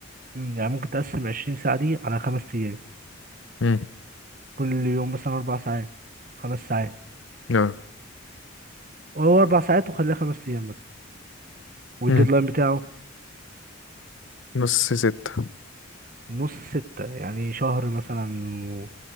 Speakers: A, on the right; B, on the left.
A: امم يعني ممكن تقسم 20 ساعه دي على خمس ايام
B: امم
A: كل يوم مثلا اربع ساعات خمس ساعات
B: اه
A: هو أربع ساعات وخليها خمس أيام مثلا والديدلاين
B: امم
A: بتاعه
B: نص ستة
A: نص ستة يعني شهر مثلا و...